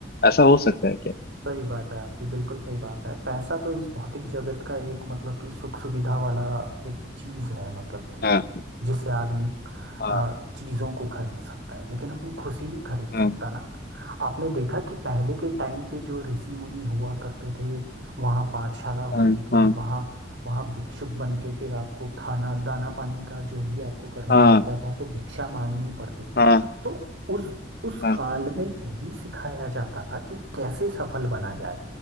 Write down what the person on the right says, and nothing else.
सही बात है आपकी बिल्कुल सही बात है पैसा तो इस भौतिक जगत का एक मतलब कि सुख सुविधा वाला एक चीज है मतलब कि
जिससे आदमी
अ, चीजों को खरीद सकता है लेकिन अपनी खुशी नहीं खरीद
सकता ना आपने देखा कि पहले के टाइम पे जो ऋषि मुनि हुआ करते थे वहाँ पाठशाला
होती थी
वहाँ वहाँ भिक्षुक बन के फिर आपको खाना दाना पानी का जो भी आपको करना
होता था तो भिक्षा मांगनी पड़ती थी
तो उस उस
काल में यही सिखाया जाता था कि कैसे सफल बना जाए